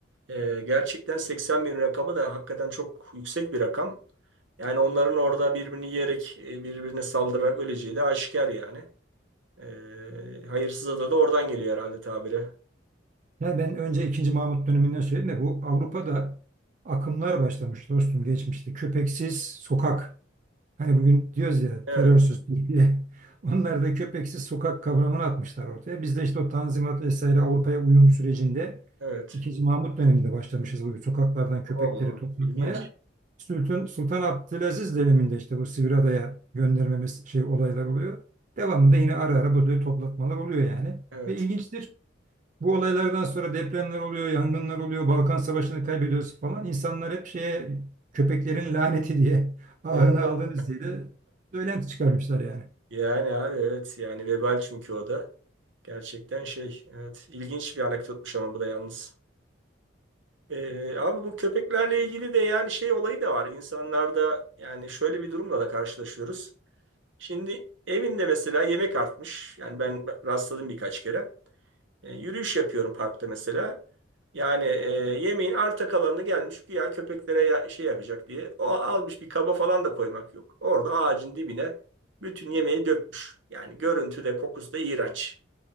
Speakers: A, on the right; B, on the right.
A: Ee, gerçekten 80 bin rakamı da hakikaten çok yüksek bir rakam. Yani onların orada birbirini yiyerek, e, birbirine saldırarak öleceği de aşikar yani. Ee, hayırsız ada da oradan geliyor herhalde tabire.
B: Yani ben önce ikinci Mahmut döneminden söyledim de bu Avrupa'da akımlar başlamış dostum geçmişte. Köpeksiz sokak Hani bugün diyoruz ya
A: Evet,
B: terörsüz Türkiye. <laughs> Onlar da köpeksiz sokak kavramını atmışlar ortaya. Biz de işte o Tanzimat vesaire Avrupa'ya uyum sürecinde
A: evet.
B: İkinci Mahmut döneminde başlamışız bu sokaklardan köpekleri
A: Oo,
B: toplatmaya.
A: ilginç.
B: Sultan, Sultan Abdülaziz döneminde işte bu Sivriada'ya göndermemiz şey olaylar oluyor. Devamında yine ara ara böyle toplatmalar oluyor yani.
A: Evet.
B: Ve ilginçtir. Bu olaylardan sonra depremler oluyor, yangınlar oluyor, Balkan Savaşı'nı kaybediyoruz falan. İnsanlar hep şeye köpeklerin laneti diye ahını
A: Oo.
B: aldınız diye de söylenti çıkarmışlar yani.
A: Yani abi evet yani vebal çünkü o da. Gerçekten şey, evet. ilginç bir anekdotmuş ama bu da yalnız. Ee, abi bu köpeklerle ilgili de yani şey olayı da var. İnsanlarda yani şöyle bir durumla da karşılaşıyoruz. Şimdi evinde mesela yemek artmış. Yani ben rastladım birkaç kere. E, yürüyüş yapıyorum parkta mesela. Yani e, yemeğin arta kalanını gelmiş güya köpeklere ya- şey yapacak diye. O almış bir kaba falan da koymak yok. Orada ağacın dibine bütün yemeği dökmüş. Yani görüntü de kokusu da iğrenç.